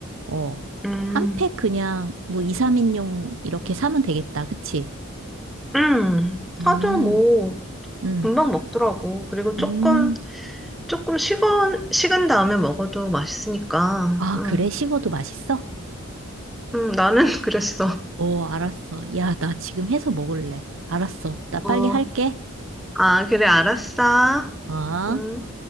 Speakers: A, on the right (about 65°); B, in the centre.
A: 어,
B: 음,
A: 한 팩 그냥 뭐 이삼 인용 이렇게 사면 되겠다. 그치?
B: 음,
A: 음,
B: 사도 뭐,
A: 음.
B: 금방 먹더라고. 그리고 조금,
A: 음.
B: 조금 식은, 식은 다음에 먹어도 맛있으니까.
A: 아,
B: 응,
A: 그래? 식어도 맛있어?
B: 응, 나는 <laughs> 그랬어.
A: 오, 알았어. 야, 나 지금 해서 먹을래. 알았어. 나
B: 어,
A: 빨리 할게.
B: 아, 그래, 알았어.
A: 어?
B: 음.